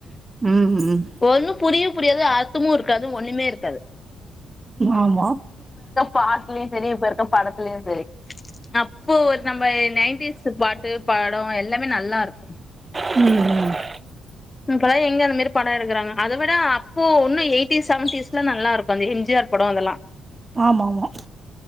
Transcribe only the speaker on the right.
ம் ம்
ஆமா
ம் ம்
ஆமாமா